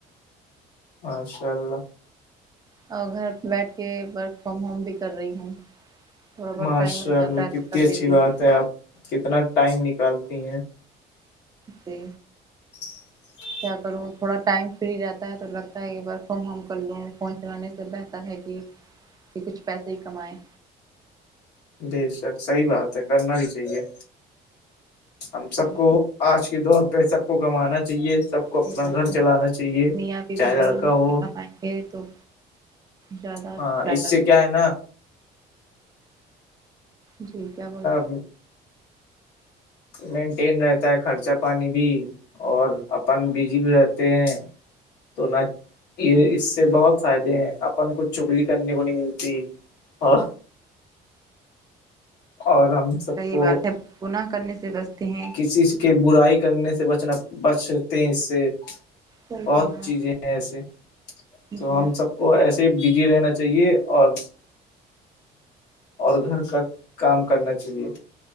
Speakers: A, on the left; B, on the right.
A: ماشاء اللہ
B: اور گھر بیٹھ کے ورک فرام ہوم بھی کر رہی ہوں تھوڑا بہت
A: ماشاء
B: ٹائم مل جاتا
A: اللہ
B: ہے تو
A: کتنی
B: کر
A: اچھی
B: لیتی ہوں
A: بات ہے آپ کتنا ٹائم نکالتی ہیں
B: جی
A: <unintelligible>
B: کیا کروں تھوڑا ٹائم فری رہتا ہے تو لگتا ہے کہ ورک فرام ہوم کر لوں فون چلانے سے بہتر ہے کہ کہ کچھ پیسے ہی کمائیں
A: بے شک صحیح بات ہے کرنا بھی چاہیے ہم سب
B: جی
A: کو آج کے دور پہ سب کو کمانا چاہیے سب کو
B: صحیح
A: اپنا
B: بات
A: گھر
B: ہے
A: چلانا چاہیے
B: میاں بیوی
A: چاہے
B: دونوں
A: لڑکا
B: مل
A: ہو
B: کے تو زیادہ
A: ہاں
B: بیٹر
A: اس سے کیا ہے نا
B: جی کیا بول
A: ج مینٹین رہتا ہے خرچہ پانی بھی اور اپن بزی بھی رہتے ہیں تو نہ یہ اس سے بہت فائدے ہیں اپن کوچھ چگلی کرنے کو نہیں ملتی آ اور ہم سب
B: کی
A: کو
B: بات ہے پن کرنے سے بستے ہیں
A: کسی کے برائی کرنے سے بچنا بچتے ہیں اس سے
B: صحیح
A: بہت
B: فرمایا
A: چیزیں ہیں ایسے تو
B: جی
A: ہم سب کو ایسے بزی رہنا چاہیے اور اور گھر کا کام کرنا چاہیے